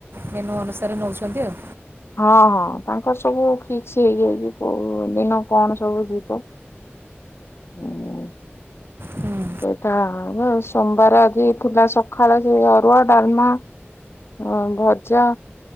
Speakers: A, on the right (about 60°); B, on the left (about 65°).
A: ମେନୁ ଅନୁସାରେ ନଉଛନ୍ତି ଆଉ।
B: ହଁ ହଁ ତାଙ୍କର ସବୁ ଫିକ୍ସ ହେଇଯାଇଛି କୋଉ ଦିନ କଣ ସବୁ ଯିବ। ହଁ।
A: ହୁଁ
B: ସେଇଟା ଆହାର ସୋମବାର ଆଜି ଥିଲା ସକାଳେ ସେ ଅରୁଆ ଡ଼ାଲମା ଆଉ ଭଜା